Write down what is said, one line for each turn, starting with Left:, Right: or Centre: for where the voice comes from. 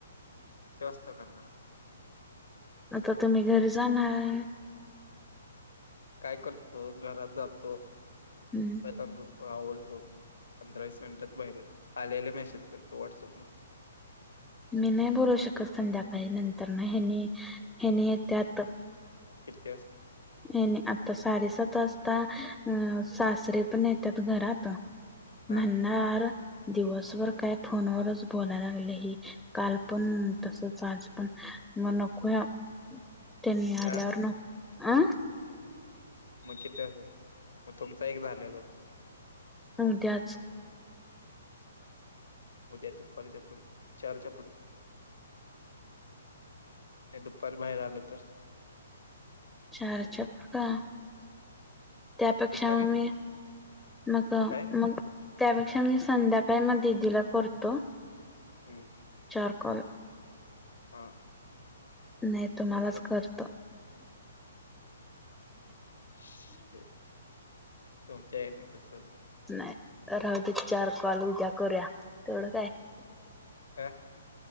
Left: किती वाजता करणार?
Centre: आता तुम्ही घरी जाणार
Left: काय करतो घरात जातो हातपाय
Centre: हम्म
Left: धुतो आवरतो. पंधरा वीस मिनटात बाहेर येतो आल्या आल्या मेसेज करतो व्हॉट्सअपला.
Centre: मी नाही बोलू शकत संध्याकाळी नंतर ना ह्यानी हेनी येत्यात तर.
Left: किती वाजता.
Centre: हे नी आता साडेसात वाजता अ सासरे पण येतात घरात.
Left: हा
Centre: म्हणणार. दिवसभर काय फोनवरच बोलायला लागली ही, काल पण तसच आज पण म नकोया.
Left: <inaudible>
Centre: त्यांनी आल्यावरण
Left: हा
Centre: आ
Left: मग किथ असं मग तुमचा एक झाल्या जातो.
Centre: आण त्याच.
Left: उद्या दुपारच्या पुढे चार च्या पुढं. नाही दुपारी बाहेर आलो तर.
Centre: चारच्या पुढं का त्यापेक्षा
Left: दुपारी
Centre: आमी. मग
Left: काय
Centre: मग त्यापेक्षा मी संध्याकाळी मग दिदीला करतो.
Left: हम्म
Centre: चार कॉल.
Left: हा
Centre: नाही तुम्हालाच
Left: कसं
Centre: करतो
Left: पण शी तुमच्या ह्यांनी कसं.
Centre: नाही राहूदेत चार कॉल उद्या करूया तेवढं काय.
Left: काय